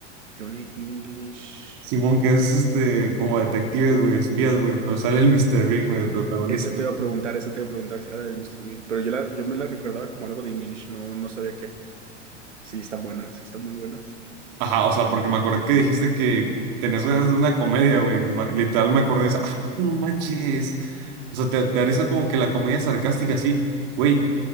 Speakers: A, on the right (about 80°); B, on the right (about 50°).
A: Johnny English.
B: Simón, que es este, como detectives, güey, espías, güey, pero sale el Mr. Ring, güey, de protagonista.
A: Esa te
B: güey.
A: iba a preguntar, esa te iba a preguntar si era la de Mr. Bean, pero yo, la, yo me la recordaba como algo de English, no, no sabía qué. Sí, están buenas, sí, están muy buenas.
B: Ajá, o sea, porque me acordé que dijiste que tenés ganas de una comedia, güey. Ma- Literal me acordé de esa. ¡Ah, no manches! O sea, te, te haré esa como que la comedia sarcástica, así. Güey,